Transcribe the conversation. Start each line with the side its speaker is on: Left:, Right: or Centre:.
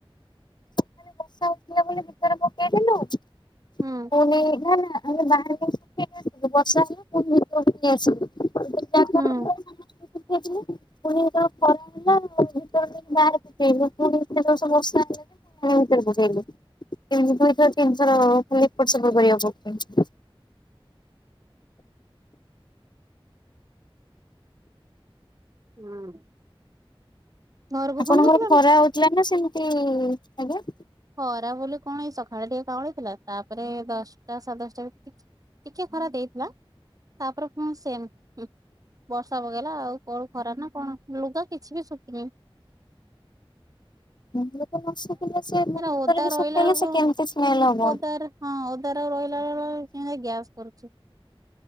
Left: ମୁଁ ଖାଲି ବର୍ଷା ଉଠେଇବ ବୋଲି ଭିତରେ ପକେଇଦେଲୁ
Right: ହୁଁ
Left: ପୁଣି ନା ନା ଆମ ବାହାରେ ଯୋଉ ଶୁଖେଇକି ଆସିଥିଲୁ ବର୍ଷା ହେଲା ପୁଣି ଭିତରକୁ ନେଇ ଆସିଲୁ। <unintelligible>
Right: ହୁଁ
Left: ପୁଣି ତ ଖରା ହେଲା ଭିତରେ ନେଇକି ବାହାରେ ପକେଇଲୁ ପୁଣି ଏତେ ଜୋରସେ ବର୍ଷା ହେଲା ଯେ ପୁଣି ଥରେ ବୁଝେଇଲି ତିନିଥର <unintelligible> ତିନିଥର ଖାଲି ଏଇପଟ ସେପଟ କରିବାକୁ କହୁଛନ୍ତି।
Right: ହୁଁ। ଘରକୁ
Left: ଆପଣଙ୍କର
Right: ଫୋନ କରିଥିଲ
Left: ଖରା
Right: ନା?
Left: ହଉଥିଲା ନା ସେମିତି ଆଜ୍ଞା
Right: ଖରା ବୋଲି କଣ ଏଇ ସଖାଳେ ଟିକେ କଅଁଳିଥିଲା ତା ତାପରେ ଦଶଟା ସାଢ଼େ ଦଶଟା ଭିତରେ ଟିକ୍ ଟିକେ ଖରା ଦେଇଥିଲା ତାପରେ ପୁଣ ସେମ୍ ହୁଁ ବର୍ଷା ପକେଇଲା ଆଉ କୋଉ ଖରା ନା କଣ ଲୁଗା କିଛି ବି ଶୁଖିନି।
Left: ଏମିତିରେ ନ ଶୁଖିଲେ ସେ ରୁମ୍
Right: ମାନେ
Left: ଭିତରେ
Right: ଓଦା
Left: ବି
Right: ରହିଲା
Left: ଶୁଖେଇଲେ
Right: ବେଳକୁ
Left: ସେ କେମିତି ସ୍ମେଲ ହବ।
Right: ଓଦାରେ ହଁ ଓଦାରେ ଆଉ ରହିଲା <unintelligible> ମାନେ ଗ୍ୟାସ୍ କରୁଛି